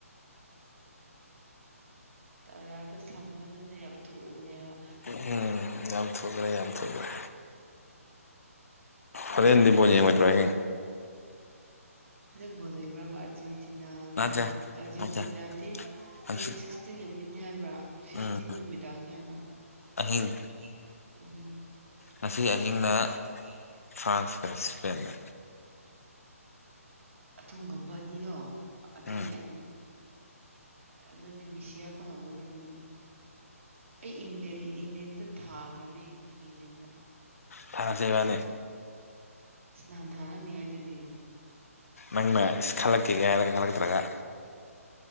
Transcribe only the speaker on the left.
ꯎꯝ ꯌꯥꯝ ꯊꯨꯈ꯭ꯔꯦ ꯌꯥꯝ ꯊꯨꯈ꯭ꯔꯦ ꯍꯥꯔꯦꯟꯗꯤ ꯕꯣꯜ ꯌꯦꯡꯉꯣꯏꯗ꯭ꯔꯣ <unintelligible>
ꯅꯠꯇꯦ
ꯅꯠꯇꯦ
ꯍꯪꯆꯤꯠ
ꯎꯝ
ꯑꯍꯤꯡ
ꯉꯁꯤ ꯑꯍꯤꯡꯅ ꯐ꯭ꯔꯥꯟꯁꯀ ꯏꯁꯄꯦꯟꯒ
ꯎꯝ
ꯊꯥꯟꯁꯦ ꯏꯕꯥꯅꯤ
ꯅꯪꯅ ꯏꯁ ꯈꯜꯂꯛꯀꯦꯒꯦ ꯍꯥꯏꯔꯒ ꯈꯜꯂꯛꯇ꯭ꯔꯒ